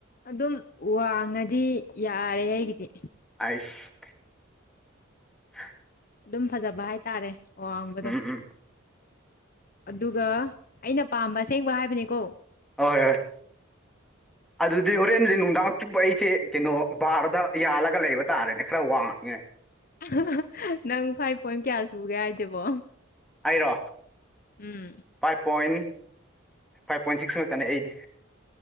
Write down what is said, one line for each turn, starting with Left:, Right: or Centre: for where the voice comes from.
Left: ꯑꯗꯨꯝ ꯋꯥꯡꯉꯗꯤ ꯌꯥꯔꯦ ꯑꯩꯒꯤꯗꯤ
Centre: ꯑꯥꯁ ꯍ
Left: ꯑꯗꯨꯝ ꯐꯖꯕ ꯍꯥꯏꯇꯥꯔꯦ ꯋꯥꯡꯕꯗꯣ
Centre: ꯎꯝ ꯎꯝ
Left: ꯑꯗꯨꯒ ꯑꯩꯅ ꯄꯥꯝꯕ ꯑꯁꯦꯡꯕ ꯍꯥꯏꯕꯅꯤꯀꯣ
Centre: ꯍꯣꯏ ꯍꯣꯏ ꯑꯗꯨꯗꯤ ꯍꯣꯔꯦꯟꯁꯦ ꯅꯨꯡꯗꯥꯡ ꯕ ꯑꯩꯁꯦ ꯀꯩꯅꯣ ꯕꯥꯔꯗ ꯌꯥꯜꯂꯒ ꯂꯩꯕ ꯇꯥꯔꯦꯅꯦ ꯈꯔ ꯋꯥꯡꯉꯦ
Left: ꯑꯍꯍ ꯅꯪ ꯐꯥꯏꯐ ꯄꯣꯏꯟ ꯀꯌꯥ ꯁꯨꯒꯦ ꯍꯥꯏꯁꯤꯕꯣ
Centre: ꯑꯩꯔꯣ
Left: ꯎꯝ
Centre: five point five point six ꯉꯛꯇꯅꯦ ꯑꯩꯗꯤ